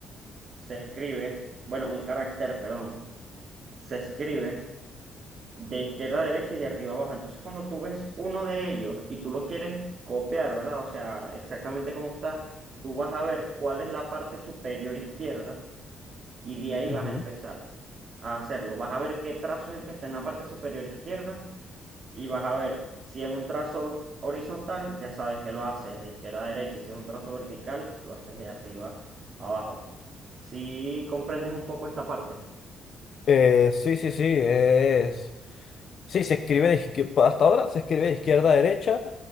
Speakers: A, on the right (about 45°); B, on the left (about 50°).
A: se escribe, bueno, un carácter, perdón, se escribe. de izquierda a derecha y de arriba a abajo. Entonces, cuando tú ves uno de ellos y tú lo quieres copiar, ¿verdad? O sea, exactamente como está, tú vas a ver cuál es la parte superior izquierda y de ahí vas
B: Ujú.
A: a empezar a hacerlo. Vas a ver qué trazo es el que está en la parte superior izquierda y vas a ver si es un trazo horizontal, ya sabes que lo haces de izquierda a derecha y si es un trazo vertical, lo haces de arriba a abajo. Si comprendes un poco esta parte.
B: Eh, sí, sí, sí, es. Sí, se escribe de izquier- pa- hasta ahora se escribe de izquierda a derecha